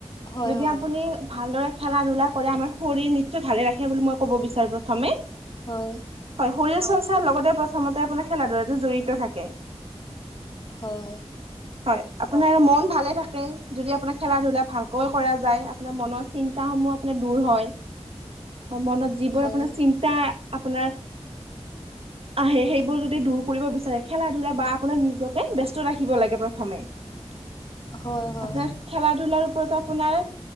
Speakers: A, on the left; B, on the right.
A: হয়
B: যদি
A: হয়।
B: আপুনি ভালদৰে খেলা ধূলা কৰে, আমাৰ শৰীৰ নিশ্চয় ভালে ৰাখে বুলি মই ক'ব বিচাৰোঁ প্ৰথমে।
A: হয়।
B: হয়, শৰীৰ চৰ্চাৰ লগতে প্ৰথমতে আপোনাৰ খেলা ধূলাটো জড়িত থাকে।
A: হয় হয়।
B: হয় আপোনাৰ মন ভালে থাকে, যদি আপোনাৰ খেলা ধূলা ভালকৈ কৰা যায়। আপোনাৰ মনৰ চিন্তা সমূহ মানে দূৰ হয়। মনত যিবোৰ
A: হয়।
B: আপোনাৰ চিন্তা আপোনাৰ
A: <inaudible>
B: আহে, সেইবোৰ যদি দূৰ কৰিব বিচাৰে খেলা ধূলা বা আপোনাক নিজকে ব্যস্ত ৰাখিব লাগে প্ৰথমে। <unintelligible>
A: হয় হয়
B: খেলা ধূলাৰ ওপৰত আপোনাৰ